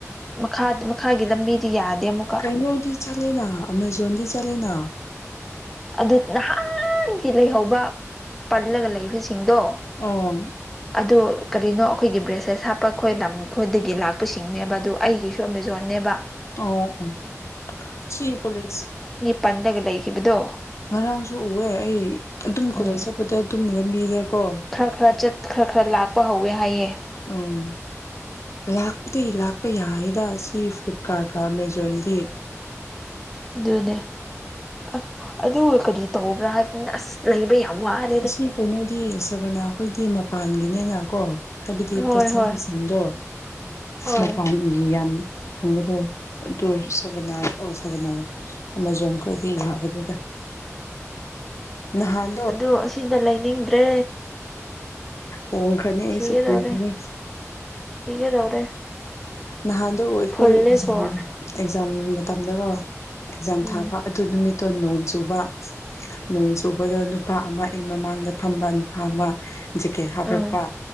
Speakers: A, in the centre; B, on the left.
A: ꯃꯈꯥ ꯃꯈꯥꯒꯤ ꯂꯝꯕꯤꯗꯤ ꯌꯥꯗꯦ ꯑꯃꯨꯛꯀ
B: ꯀꯩꯅꯩꯅꯣꯗꯤ ꯆꯂꯦꯅ ꯑꯃꯖꯣꯟꯗꯤ ꯆꯂꯦꯅ
A: ꯑꯗꯨ ꯅꯍꯥꯟꯒꯤ ꯂꯩꯍꯧꯕ ꯄꯜꯂꯒ ꯂꯩꯕꯁꯤꯡꯗꯣ
B: ꯑ
A: ꯑꯗꯨꯣ ꯀꯔꯤꯅꯣ ꯑꯩꯈꯣꯏꯒꯤ ꯕ꯭ꯔꯦꯁꯂꯦꯁ ꯍꯥꯞꯄ ꯑꯩꯈꯣꯏ ꯂꯝꯈꯣꯏꯗꯒꯤ ꯂꯥꯛꯄꯁꯤꯡꯅꯦꯕ ꯑꯗꯨ ꯑꯩꯒꯤꯁꯨ ꯑꯃꯃꯦꯖꯦꯕ
B: ꯑꯣ ꯑꯣ ꯁꯤ ꯀꯣꯂꯦꯖ
A: ꯄꯟꯅꯂꯒ ꯂꯩꯈꯤꯕꯗꯣ
B: ꯉꯔꯥꯡꯁꯨ ꯎꯑꯦ ꯑꯩ ꯑꯗꯨꯝ ꯀꯣꯂꯦꯖ
A: ꯎꯝ
B: ꯆꯠꯄꯗ ꯑꯗꯨꯨꯝꯒ ꯃꯤꯗ ꯀꯣ
A: ꯈꯔ ꯈꯔ ꯆꯠ ꯈꯔ ꯈꯔ ꯂꯥꯛꯄ ꯍꯧꯋꯦ ꯍꯥꯏꯌꯦ
B: ꯎꯝ ꯂꯥꯛꯄꯗꯤ ꯂꯥꯛꯄ ꯌꯥꯏꯗ ꯁꯤ ꯐ꯭ꯂꯤꯞꯀꯥꯔꯠꯀ ꯑꯃꯥꯖꯣꯟꯗꯤ
A: ꯑꯗꯨꯅꯦ ꯑꯁ ꯑꯗꯨ ꯀꯔꯤ ꯇꯧꯕ꯭ꯔꯥ ꯑꯁ ꯂꯩꯕ ꯌꯥꯝ ꯋꯥꯦ
B: ꯑꯁꯤ ꯀꯩꯅꯣꯗꯤ ꯁꯕꯅꯥꯈꯣꯏꯗꯤ ꯃꯄꯥꯟꯒꯤꯅꯦꯅ ꯀꯣ ꯍꯥꯏꯕꯗꯤ
A: ꯍꯣꯏ
B: ꯄꯣꯠꯆꯁꯤꯡꯗꯣ
A: ꯍꯣꯏ ꯍꯣꯏ
B: ꯃꯄꯥꯟ ꯒꯤ ꯌꯥꯝ ꯐꯪꯕꯗꯣ ꯑꯗꯨ ꯁ ꯑꯣ ꯁꯅꯥ ꯑꯃꯥꯖꯣꯟꯈꯣꯏꯗꯤ ꯌꯥꯕꯅꯤꯗ ꯅꯍꯥꯟ
A: ꯑꯣ ꯑꯁꯤꯅ ꯂꯩꯅꯤꯡꯗ꯭ꯔꯦ
B: ꯍꯣꯡꯈ꯭ꯔꯅꯤ ꯑꯩꯁꯨ
A: ꯁꯤꯒꯗꯧꯔꯦ
B: ꯀꯨꯏꯅꯤꯡꯦ
A: ꯁꯤꯒꯗꯧꯔꯦ
B: ꯅꯍꯥꯟꯗꯣ ꯑꯩꯈꯣꯏꯛꯖꯥꯝ
A: ꯐꯨꯜꯂꯦ ꯁꯣꯔ
B: ꯑꯦꯛꯖꯥꯝ ꯃꯇꯝꯗꯀꯣ ꯑꯦꯛꯖꯥꯝ
A: ꯎꯝ
B: ꯊꯥꯕ ꯑꯗꯨ ꯅꯨꯃꯤꯠꯇꯣ ꯅꯣꯡ ꯆꯨꯕ ꯅꯣꯡ ꯆꯨꯕꯗ ꯅꯨꯄꯥ ꯑꯃ ꯑꯩ ꯃꯃꯥꯡꯗ ꯐꯝꯕ ꯅꯨꯄꯥ ꯑꯃ ꯖꯦꯀꯦꯠ ꯍꯥꯞꯔꯛꯄ
A: ꯑꯥ